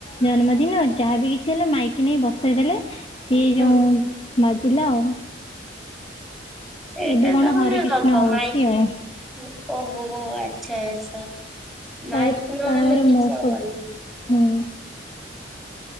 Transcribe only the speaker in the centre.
ହୁଁ
ସେଇଟା
ତମେ
ଦବ
ମାଇକି
ଓହୋ ହୋ ଆଚ୍ଛା ଆଚ୍ଛା।
ମାଇପି ନ
ରହିଲେ କିଛି
ହବନି।